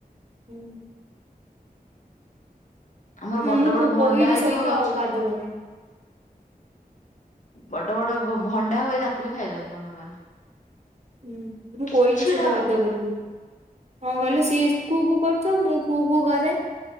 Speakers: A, on the right (about 45°); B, on the left (about 55°).
A: ହୁଁ।
B: ଆମର ବଡ
A: ମୁଁ
B: ବଡ
A: କୋ-
B: ଭଣ୍ଡା
A: କୋଇଲି
B: ହେଇଥିବ
A: ସହିତ
B: ଗଛରେ
A: ବାଦ କରେ
B: ବଡ ବଡ ଗୋ ଭଣ୍ଡା ହୁଏ, ତାକୁ ବି ଖାଇଦିଅନ୍ତି ମାଙ୍ଗଡ ମାନେ।
A: ହୁଁ ମୁଁ
B: କିଛିଟା
A: କହିଲି ସେ ତ ବାଦ
B: ବନିବନି
A: କରିବି, ହଁ ଗଲେ ସିଏ କୁ କୁ କରୁଥିବ, ମୁଁ କୁ କୁ କରେ।